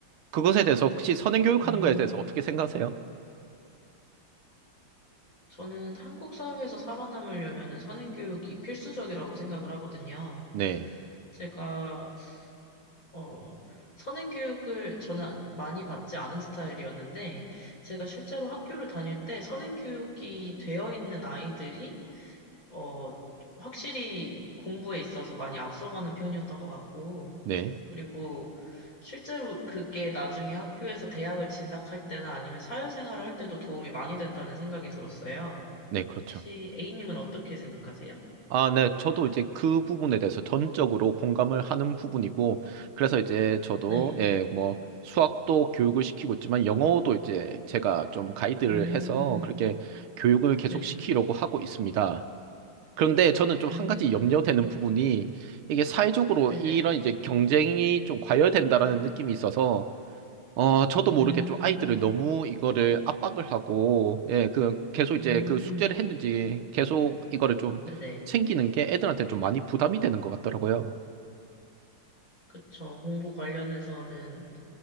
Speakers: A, on the right; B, on the left.
A: 그것에 대해서 혹시 선행 교육하는
B: 음,
A: 거에 대해서 어떻게 생각하세요?
B: 저는 한국 사회에서 살아남으려면 선행교육이 필수적이라고 생각을 하거든요.
A: 네,
B: 제가, 어, 선행교육을 저는 많이 받지 않은 스타일이었는데, 제가 실제로 학교를 다닐 때 선행교육이 되어 있는 아이들이 어, 확실히 공부에 있어서 많이 앞서가는 편이었던 것 같고,
A: 네,
B: 그리고 실제로 그게 나중에 학교에서 대학을 진학할 때나 아니면 사회생활을 할 때도 도움이 많이 된다는 생각이 들었어요.
A: 네, 그렇죠.
B: 혹시 A님은 어떻게 생각하세요?
A: 아, 네. 저도 이제 그 부분에 대해서 전적으로 공감을 하는 부분이고, 그래서 이제 저도,
B: 네.
A: 예, 뭐, 수학도 교육을 시키고 있지만, 영어도 이제 제가 좀 가이드를
B: 음,
A: 해서 그렇게 교육을 계속
B: 네.
A: 시키려고 하고 있습니다. 그런데 저는 좀 한
B: 음,
A: 가지 염려되는
B: 네네.
A: 부분이, 이게 사회적으로
B: 네네.
A: 이런 이제 경쟁이 좀 과열된다라는 느낌이 있어서, 어, 저도 모르게
B: 음,
A: 좀 아이들을 너무 이거를 압박을 하고, 예, 그, 계속
B: 음,
A: 이제 그 숙제를 했는지 계속 이거를 좀
B: 네네.
A: 챙기는 게 애들한테 좀 많이 부담이 되는 것 같더라고요.
B: 그쵸. 공부 관련해서는